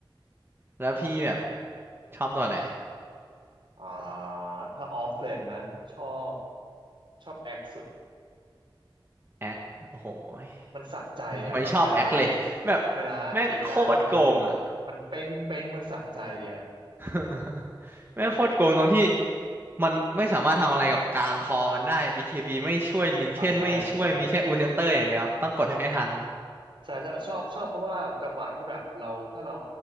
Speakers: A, on the right (about 25°); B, on the right (about 65°).
A: แล้วพี่แบบชอบตัวอะไร
B: อ่าถ้าออฟเลนนะชอบชอบแอคสุด
A: แอคโอ้โหย
B: มันสะใจอ่ะแบบเวลา
A: ไม่ชอบแอคเลยแบบ
B: เวลาอันติได้มันมันมันมันเป้งเป้งมันสะใจอ่ะ
A: แม่งโคตรโกงอะ <laughs> แม่งโคตรโกงตรงที่มันไม่สามารถทำอะไรกับการคอมันได้ BKB ไม่ช่วยลิงเคนไม่ช่วยมีแค่อูเซปเตอร์อย่างเดียวต้องกดให้ทัน
B: อ่าใช่ใช่ใช่ใช่ชอบชอบเพราะว่าจังหวะที่แบบเราถ้าเรา